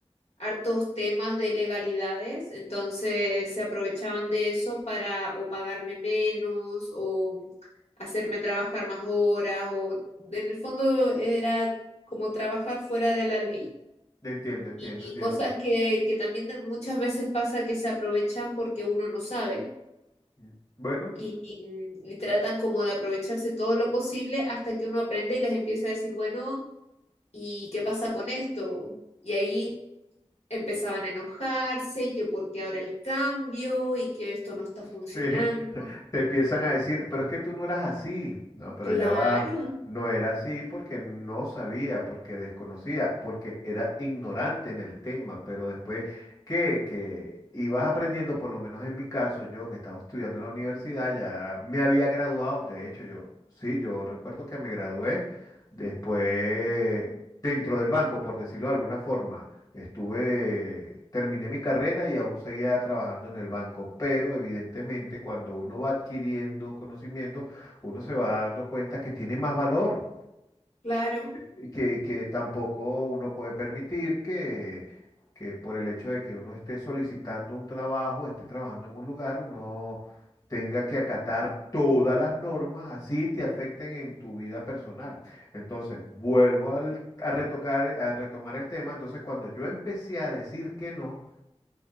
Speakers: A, on the left; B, on the left.
A: hartos temas de legalidades, entonces se aprovechaban de eso para o pagarme menos o hacerme trabajar más horas o en el fondo era como trabajar fuera de la ley.
B: entiendo, entiendo,
A: Y y
B: entiendo.
A: cosas que, que también muchas veces pasa que se aprovechan porque uno no sabe
B: Mm, Bueno,
A: y, y- y tratan como de aprovecharse todo lo posible hasta que uno aprende y les empieza a decir, bueno, ¿y qué pasa con esto? Y ahí empezaban a enojarse y que porque ahora el cambio y que esto no está
B: <laughs>
A: funcionando.
B: sí, te empiezan a decir, pero es que tú no eras así. No, pero
A: Claro,
B: ya va, no era así porque no sabía, porque desconocía, porque era ignorante en el tema, pero después que, que ibas aprendiendo, por lo menos en mi caso, yo que estaba estudiando en la universidad, ya me había graduado, de hecho yo, sí, yo recuerdo que me gradué después dentro del banco, por decirlo de alguna forma. Estuve, terminé mi carrera y aún seguía trabajando en el banco, pero evidentemente cuando uno va adquiriendo conocimiento, uno se va dando cuenta que tiene más valor.
A: claro,
B: Y que, que tampoco uno puede permitir que, que por el hecho de que uno esté solicitando un trabajo, esté trabajando en un lugar, uno tenga que acatar todas las normas, así te afecten en tu vida personal. Entonces, vuelvo al- a retocar, a retomar el tema. Entonces, cuando yo empecé a decir que no,